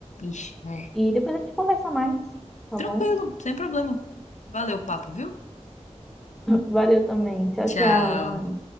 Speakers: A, on the left; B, in the centre.
A: Ixi, é.
B: E depois a gente conversa mais, tá
A: Tranquilo,
B: bom?
A: sem problema. Valeu o papo, viu?
B: Valeu também. Tchau,
A: Tchau.
B: tchau, Ana.